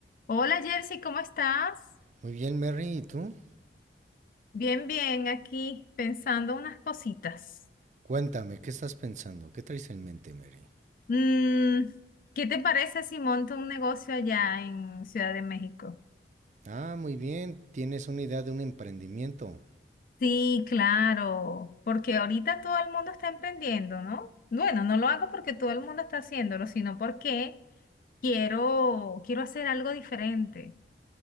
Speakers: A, on the left (about 50°); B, on the right (about 40°).
A: Hola Jersey, ¿cómo estás?
B: Muy bien, Mary, ¿y tú?
A: Bien, bien, aquí pensando unas cositas.
B: Cuéntame, ¿qué estás pensando? ¿Qué traes en mente, Mary?
A: Mm, ¿qué te parece si monto un negocio allá en Ciudad de México?
B: Ah, muy bien, tienes una idea de un emprendimiento.
A: Sí, claro, porque ahorita todo el mundo está emprendiendo, ¿no? Bueno, no lo hago porque todo el mundo está haciéndolo, sino porque quiero, quiero hacer algo diferente.